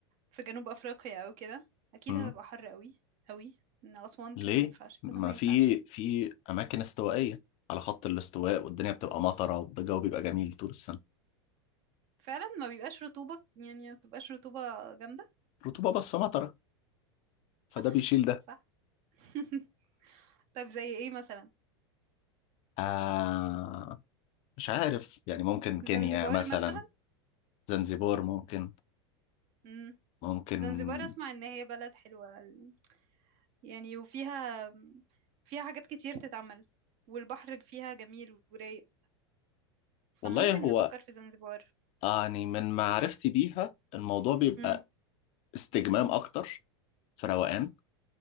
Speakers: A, on the right; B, on the left.
A: في جنوب افريقيا او كده اكيد
B: أمم.
A: هتبقى حر قوي قوي من اسوان
B: ليه
A: كانت ما ينفعش
B: ما
A: كده ما ينفعش
B: في في اماكن استوائيه على خط الاستواء والدنيا بتبقى مطره والجو بيبقى جميل طول السنه
A: فعلا ما بيبقاش رطوبة يعني ما بتبقاش رطوبة جامدة
B: رطوبه بس مطره فده
A: صح
B: بيشيل ده
A: صح <laughs> طيب زي ايه مثلا
B: آه مش عارف يعني ممكن
A: زنزبار
B: كينيا مثلا
A: مثلا
B: زنزبور ممكن
A: امم
B: ممكن
A: زنزبار اسمع ان هي بلد حلوة ال- يعني وفيها فيها حاجات كتير تتعمل والبحر فيها جميل ورايق فممكن
B: والله هو
A: نفكر في زنزبار
B: آه، يعني من معرفتي بيها الموضوع بيبقى
A: امم
B: استجمام اكتر في روقان